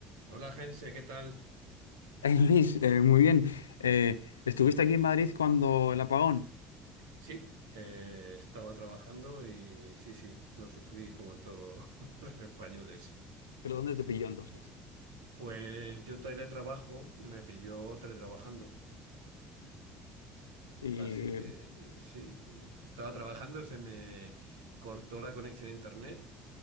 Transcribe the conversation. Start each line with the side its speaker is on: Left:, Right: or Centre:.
Right: Hola, Jense, ¿qué tal?
Left: Hey Luis, eh, muy bien. Eh, estuviste aquí en Madrid cuando el apagón,
Right: Sí, eh, estaba trabajando y sí, sí, lo sufrí como todos <laughs> los españoles.
Left: pero ¿dónde te pilló entonces?
Right: Pues yo teletrabajo, y me pilló teletrabajando,
Left: Y...
Right: así que eh, sí, eh, estaba trabajando, se me cortó la conexión a internet